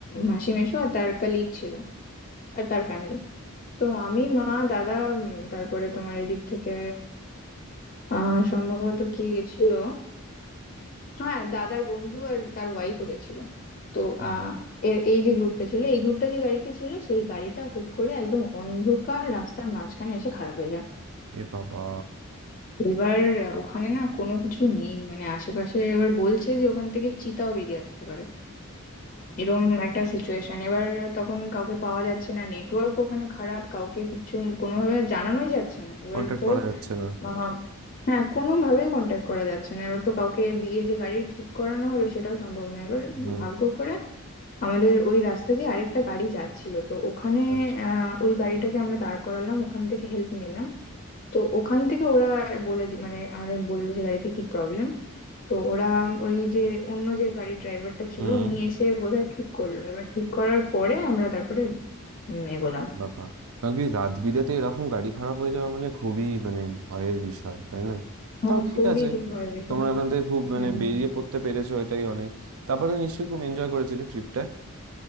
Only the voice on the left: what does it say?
মাসি মেশো আর তার কলিগ ছিল আর তার ফ্যামিলি তো আমি মা দাদা উম, তারপরে তোমার এদিক থেকে আহ সম্ভবত কে গেছিল হ্যাঁ দাদার বন্ধু আর তার ওয়াইফও গেছিল তো
আহ এর এই যে গ্রুপটা ছিল এই গ্রুপটা যে গাড়িতে ছিল সেই গাড়িটা হুট করে একদম অন্ধকার রাস্তার মাঝখানে এসে খারাপ হয়ে যায়
এবার আহ, ওখানে না কোনো কিছু নেই মানে আশেপাশে এবার বলছে যে ওখান থেকে চিতাও বেরিয়ে আসতে পারে এরম একটা সিচুয়েশন এবার আহ, তখন কাউকে পাওয়া যাচ্ছে না নেটওয়ার্ক ওখানে খারাপ কাউকে কিছু কোনোভাবে জানানোই যাচ্ছে না এবার
তো
আহ, হ্যাঁ কোনোভাবেই কন্ট্যাক্ট করা যাচ্ছে না এবার তো কাউকে দিয়ে যে গাড়ি ঠিক করানো হবে সেটাও সম্ভব না এবার
ভাগ্য করে আমাদের ওই রাস্তা দিয়ে আরেকটা গাড়ি যাচ্ছিল তো ওখানে
আহ ওই গাড়িটাকে আমরা দাঁড় করালাম ওখান থেকে হেল্প নিলাম তো ওখান থেকে ওরা বলে দি- মানে আমাদের বললো যে গাড়িতে কি প্রবলেম তো ওরা ওই যে অন্য যে গাড়ির ড্রাইভারটা ছিল
উনি এসে বোধহয় ঠিক করলো এবার ঠিক করার পরে আমরা তারপরে উম, এগোলাম
হ্যাঁ
খুবই
যো- ভয়ের বিষয়
হুম।